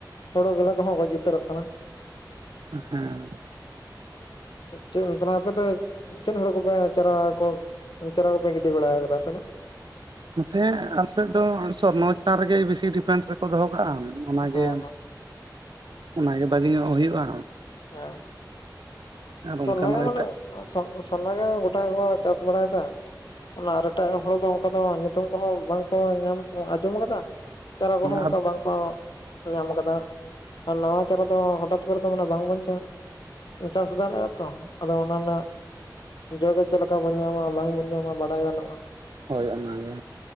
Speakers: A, on the left; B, on the right.
A: ᱦᱩᱲᱩ ᱜᱮᱞᱮ ᱠᱚᱦᱚᱸ ᱜᱚᱡ ᱡᱩᱛᱟᱹᱨᱚᱜ ᱠᱟᱱᱟ᱾
B: ᱦᱮᱸ
A: ᱪᱮᱫ ᱱᱚᱛᱱᱟ ᱟᱯᱮ ᱫᱚ ᱪᱮᱫ ᱦᱩᱲᱩ ᱠᱚᱯᱮ ᱪᱟᱨᱟ ᱠᱚ ᱪᱟᱨᱟ ᱠᱚᱯᱮ ᱜᱤᱰᱤ ᱵᱟᱲᱟᱣ ᱟᱠᱟᱫᱟ ᱟᱯᱮ ᱫᱚ?
B: ᱱᱚᱛᱮ ᱟᱞᱮ ᱥᱮᱫ ᱫᱚ ᱥᱚᱨᱱᱚ ᱪᱮᱛᱟᱱ ᱨᱮᱜᱮ ᱵᱤᱥᱤ ᱰᱤᱯᱮᱱᱴ ᱨᱮᱠᱚ ᱫᱚᱦᱚ ᱠᱟᱜᱼᱟ᱾ ᱚᱱᱟᱜᱮ,
A: ᱦᱮᱸ ᱦᱮᱸ
B: ᱚᱱᱟᱜᱮ ᱵᱷᱟᱹᱜᱤ ᱧᱚᱜ ᱦᱩᱭᱩᱜᱼᱟ᱾
A: ᱦᱮᱸ
B: ᱟᱨ
A: ᱥᱚᱨᱱᱟ
B: ᱚᱱᱠᱟᱱᱟᱜ
A: ᱜᱮ
B: ᱫᱚ
A: ᱢᱟᱱᱮ
B: ᱮᱴᱟᱜ
A: ᱥᱚ ᱥᱚᱨᱱᱟ ᱜᱮ‌ ᱜᱚᱴᱟ ᱜᱮᱠᱚ ᱪᱟᱥ ᱵᱟᱲᱟᱭᱮᱫᱟ᱾ ᱚᱱᱟ ᱟᱨ ᱮᱴᱟᱜ ᱦᱚᱲ ᱫᱚ ᱚᱱᱠᱟ ᱫᱚ ᱧᱩᱛᱩᱢ ᱠᱚᱦᱚᱸ ᱵᱟᱝᱠᱚ ᱧᱟᱢ ᱟᱸᱡᱚᱢ ᱟᱠᱟᱫᱟ ᱾ ᱪᱟᱨᱟ ᱠᱚᱦᱚᱸ ᱚᱱᱠᱟ
B: ᱟᱨ
A: ᱵᱟᱝᱠᱚ ᱧᱟᱢ ᱟᱠᱟᱫᱟ᱾ ᱟᱨ ᱱᱟᱣᱟ ᱪᱟᱨᱟ ᱫᱚ ᱦᱚᱴᱟᱛ ᱠᱚᱨᱮ ᱛᱚ ᱢᱟᱱᱮ ᱵᱟᱝ ᱵᱚᱱ ᱪᱟᱥ᱾ <unintelligible> ᱫᱟᱲᱮᱭᱟᱜᱼᱟ ᱛᱚ ᱟᱫᱚ ᱚᱱᱟ ᱨᱮᱱᱟᱜ ᱡᱚ ᱜᱮ ᱪᱮᱫ ᱞᱮᱠᱟ ᱵᱚᱱ ᱧᱟᱢᱟ ᱵᱟᱝ ᱵᱚᱱ ᱧᱟᱢᱟ ᱵᱟᱰᱟᱭ ᱜᱟᱱᱚᱜᱼᱟ᱾
B: ᱦᱳᱭ ᱚᱱᱟᱜᱮ